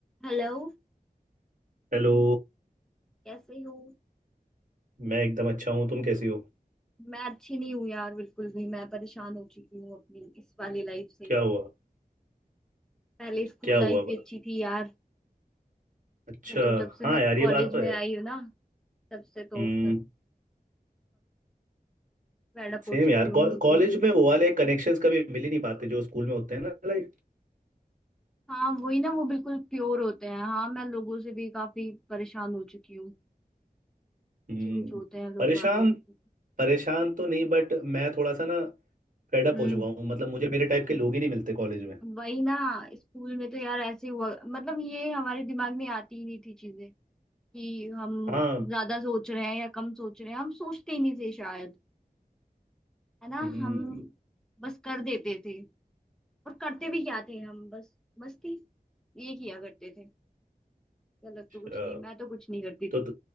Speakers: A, in the centre; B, on the right (about 55°).
A: Hello
B: Hello
A: कैसे हो
B: मैं एकदम अच्छा हूँ तुम कैसे हो
A: मैं अच्छी नहीं हूँ यार बिल्कुल भी मैं परेशान हो चुकी हूँ अपनी इस वाली लाइफ से
B: क्या हुआ
A: पहले स्कूल
B: क्या हुआ
A: लाइफ ही
B: बा-
A: अच्छी थी यार
B: अच्छा
A: मैं तो जब से
B: हाँ
A: मैं
B: यार
A: कॉलेज
B: ये बात तो
A: में
B: है
A: आई हूँ ना तब से तो
B: हम्म
A: मैं फेड अप
B: सेम
A: हो चुकी
B: यार
A: हूँ
B: कॉ-
A: बिल्कुल
B: कॉलेज में वो वाले कनेक्शंस कभी मिल ही नहीं पाते जो स्कूल में होते हैं ना लाइक
A: हाँ वही ना वो बिल्कुल प्योर होते हैं हाँ मैं लोगों से भी काफी परेशान हो चुकी हूँ
B: हम्म
A: अच्छे कुछ होते हैं लोग
B: परेशान
A: आगे कुछ
B: परेशान तो नहीं बट मैं थोड़ा सा ना फेड अप
A: हम्म
B: हो चुका हूँ मतलब मुझे मेरे टाइप के लोग ही नहीं मिलते कॉलेज में
A: वही ना स्कूल में तो यार ऐसे हुआ मतलब ये हमारे दिमाग में आती ही नहीं थी चीजें कि हम
B: हाँ
A: ज्यादा सोच रहे हैं या कम सोच रहे हैं हम सोचते ही नहीं थे शायद है ना
B: हम्म
A: हम बस कर देते थे और करते भी क्या थे हम बस मस्ती ये किया करते थे गलत तो कुछ
B: अच्छा।
A: नहीं मैं तो कुछ नहीं करती थी
B: तो